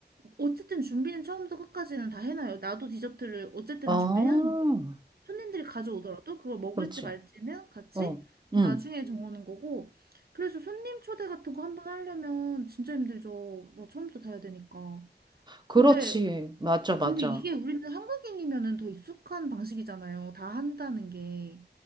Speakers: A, on the right (about 60°); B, on the right (about 25°).
A: 어쨌든 준비는 처음부터 끝까지는 다 해놔요. 나도 디저트를 어쨌든
B: 아, 어,
A: 준비를 해놓는 거예요. 손님들이 가져오더라도 그걸 먹을지
B: 그렇지,
A: 말지는 같이
B: 어,
A: 나중에
B: 음.
A: 음. 정하는 거고. 그래서 손님 초대 같은 거 한번 하려면 진짜 힘들죠. 뭐 처음부터 다 해야 되니까.
B: 그렇지.
A: 근데,
B: 맞아, 맞아.
A: 근데 이게 우리는 한국인이면은 더 익숙한 방식이잖아요. 다 한다는 게.